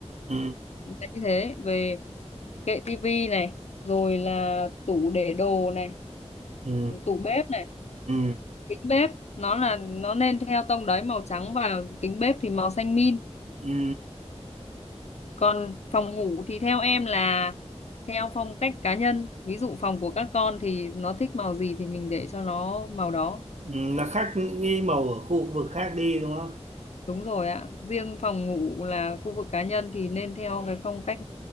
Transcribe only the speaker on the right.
ừ,
ừ,
ừ,
ừ.
ừ, nó khác những cái màu ở khu vực khác đi đúng không